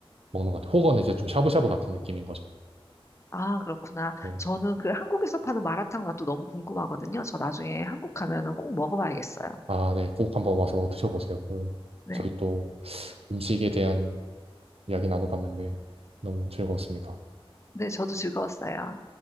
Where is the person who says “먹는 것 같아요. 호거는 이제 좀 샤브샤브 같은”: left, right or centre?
Right